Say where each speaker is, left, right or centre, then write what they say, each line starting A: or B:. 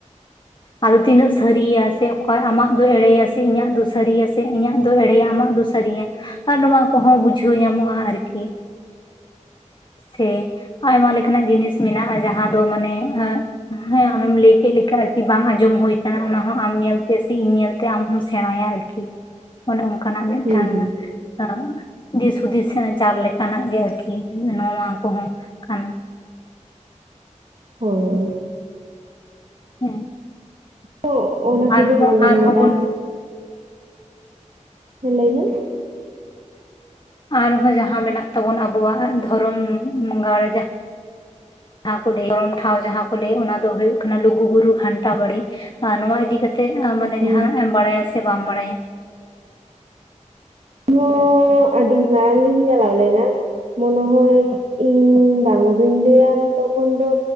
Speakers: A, on the left; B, on the right.
A: ᱟᱫᱚ ᱛᱤᱱᱟᱹᱜ ᱥᱟᱹᱨᱤᱭᱟ ᱥᱮ ᱚᱠᱚᱭ ᱟᱢᱟᱜ ᱫᱚ ᱮᱲᱮᱭᱟ ᱥᱮ ᱤᱧᱟᱹᱜ ᱫᱚ ᱥᱟᱹᱨᱤᱭᱟ ᱥᱮ ᱤᱧᱟᱹᱜ ᱫᱚ ᱮᱲᱮᱭᱟ ᱟᱢᱟᱜ ᱫᱚ ᱥᱟᱹᱨᱤ ᱜᱮ ᱱᱚᱣᱟ ᱠᱚᱦᱚᱸ ᱵᱩᱡᱷᱟᱹᱣ ᱧᱟᱢᱚᱜᱼᱟ ᱟᱨᱠᱤ <inaudible> ᱥᱮ ᱟᱭᱢᱟ ᱞᱮᱠᱟᱱᱟᱜ ᱡᱤᱱᱤᱥ ᱢᱮᱱᱟᱜᱼᱟ ᱡᱟᱦᱟᱸ ᱫᱚ ᱢᱟᱱᱮ ᱮᱻ ᱦᱮᱸ ᱟᱢᱮᱢ ᱞᱟᱹᱭ ᱠᱮᱫ ᱞᱮᱠᱟ ᱟᱨᱠᱤ ᱵᱟᱝ ᱟᱸᱡᱚᱢ ᱦᱳᱭ ᱟᱠᱟᱱᱟ ᱚᱱᱟ ᱦᱚᱸ ᱟᱢ ᱧᱮᱞᱛᱮ ᱥᱮ ᱤᱧ ᱧᱮᱞᱛᱮ ᱟᱢ ᱦᱚᱢ ᱥᱮᱬᱟᱭᱟ ᱟᱨᱠᱤ ᱚᱱᱮ ᱚᱱᱠᱟᱱᱟᱜ ᱢᱤᱫᱴᱟᱝ
B: ᱦᱩᱸ ᱦᱩᱸ
A: ᱦᱮ ᱫᱤᱥ ᱦᱩᱫᱤᱥ ᱪᱟᱞ ᱞᱮᱠᱟᱱᱟᱜ ᱜᱮ ᱟᱨᱠᱤ ᱱᱚᱣᱟ ᱠᱚᱦᱚᱸ ᱠᱟᱱᱟ
B: ᱦᱳᱭ
A: ᱦᱮᱸ
B: ᱛᱚ ᱚᱱᱟ ᱠᱚᱜᱤᱧ
A: ᱟᱨᱦᱚᱸ
B: ᱟᱸᱡᱚᱢ
A: ᱟᱨᱦᱚᱸ
B: ᱞᱮᱫᱟ
A: ᱵᱚᱱ
B: ᱦᱮ ᱞᱟᱹᱭ ᱢᱮ
A: ᱟᱨᱦᱚᱸ ᱡᱟᱦᱟᱸ ᱢᱮᱱᱟᱜ ᱛᱟᱵᱚᱱ ᱟᱵᱚᱣᱟᱜ ᱫᱷᱚᱨᱚᱢ ᱵᱚᱸᱜᱟᱲ ᱡᱟᱦᱟ ᱡᱟᱦᱟᱸ ᱠᱚ ᱞᱟᱹᱭ ᱜᱚᱨᱚᱢ ᱴᱷᱟᱶ ᱡᱟᱦᱟᱸ ᱠᱚ ᱞᱟᱹᱭ ᱚᱱᱟ ᱫᱚ ᱦᱳᱭᱳᱜ ᱠᱟᱱᱟ ᱞᱩᱜᱩ ᱵᱩᱨᱩ ᱜᱷᱟᱱᱴᱟ ᱵᱟᱲᱮ ᱟᱨ ᱱᱚᱣᱟ ᱤᱫᱤ ᱠᱟᱛᱮᱜ ᱛᱚ ᱢᱟᱱᱮ
B: ᱦᱩᱸ
A: ᱡᱟᱦᱟᱸᱱᱟᱜ ᱮᱢ ᱵᱟᱲᱟᱭᱟ ᱥᱮ ᱵᱟᱢ ᱵᱟᱲᱟᱭᱟ
B: <unintelligible> ᱟᱹᱰᱤ ᱢᱟᱝ ᱞᱤᱧ ᱪᱟᱞᱟᱣ ᱞᱮᱱᱟ᱾ ᱢᱚᱱᱮ ᱦᱚᱭ ᱤᱧ ᱵᱟᱝ ᱫᱩᱧ ᱞᱟᱹᱭᱟᱢ ᱛᱚᱠᱷᱚᱱ ᱫᱚ